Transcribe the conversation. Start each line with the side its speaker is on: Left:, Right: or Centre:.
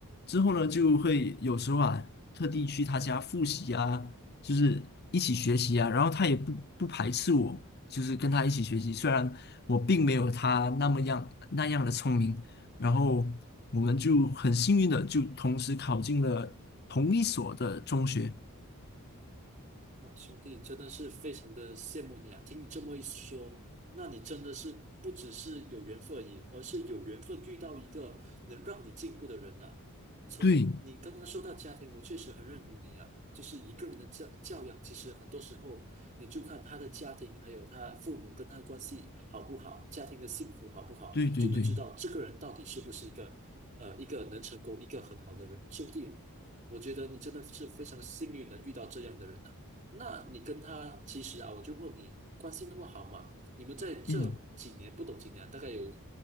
Left: 之后呢，就会有时候啊，特地去他家复习啊，就是一起学习啊，然后他也不不排斥我，就是跟他一起学习，虽然我并没有他那么样那样的聪明，然后我们就很幸运的就同时考进了同一所的中学，
Right: 哇，兄弟，真的是非常的羡慕你啊！听你这么一说，那你真的是不只是有缘分而已，而是有缘分遇到一个能让你进步的人啊。从你刚刚说到家庭，
Left: 对
Right: 我确实很认同你啊。就是一个人的教教养，其实很多时候你就看他的家庭，还有他父母跟他的关系好不好，家庭的幸福好不好，
Left: 对对对，
Right: 就能知道这个人到底是不是一个呃一个能成功、一个很好的人。兄弟，我觉得你真的是非常幸运能遇到这样的人啊。那你跟他其实啊，我就问你，关系那么好嘛？你们在这几年不懂几年啊大概有
Left: 嗯